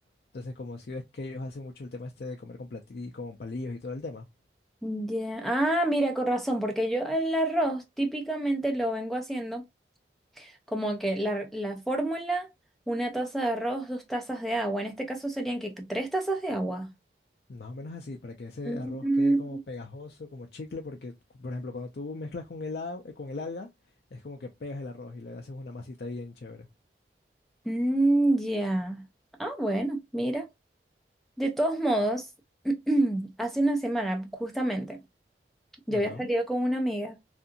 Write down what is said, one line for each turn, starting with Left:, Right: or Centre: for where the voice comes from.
Left: Entonces, como si ves que ellos hacen mucho el tema este de comer con plati- con palillos y todo el tema.
Centre: Ya, Ah, mira, con razón, porque yo el arroz típicamente lo vengo haciendo como que la, la fórmula, una taza de arroz, dos tazas de agua. En este caso serían que tres tazas de agua.
Left: Más o menos así, para que ese
Centre: Mm,
Left: arroz quede como pegajoso, como chicle, porque, por ejemplo, cuando tú mezclas con el agua, eh, con el alga, es como que pegas el arroz y le haces una masita bien chévere.
Centre: mm, ya. Ah, bueno, mira. De todos modos, <clears throat> hace una semana, justamente. Yo
Left: Ajá,
Centre: había salido con una amiga